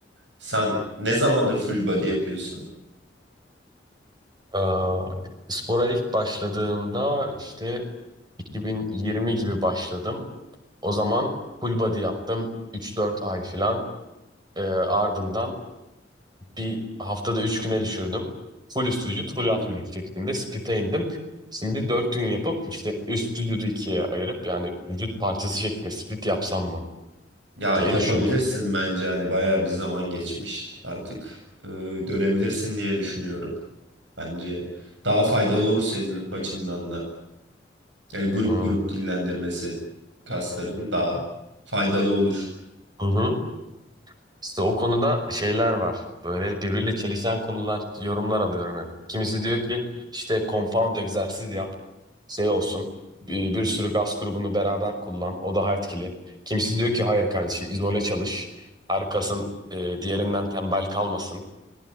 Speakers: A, on the right; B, on the right.
A: Sen ne zamandır full body yapıyorsun?
B: Aa, spora ilk başladığımda işte 2020 gibi başladım. O zaman full body yaptım üç dört ay falan. Ee, ardından bir haftada 3 güne düşürdüm. Full üst vücut, full alt
A: Hı hı.
B: vücut şeklinde split'e indim. Şimdi 4 gün yapıp işte üst vücudu ikiye ayırıp yani vücut parçası şeklinde split yapsam mı
A: Ya
B: diye
A: yapabilirsin
B: düşündüm.
A: bence hani bayağı bir zaman geçmiş. Artık e, dönebilirsin diye düşünüyorum. Bence daha faydalı olur senin açından da. Yani grup
B: Hı
A: grup dinlendirmesi kasların daha faydalı olur.
B: hı. hı. İşte o konuda şeyler var. Böyle birbiriyle çelişen konular, yorumlar alıyorum hep. Kimisi diyor ki işte compound egzersiz yap, şey olsun. Bir, bir sürü gaz grubunu beraber kullan, o daha etkili. Kimisi diyor ki hayır kardeşim izole çalış. Arkasın e, diğerinden tembel kalmasın.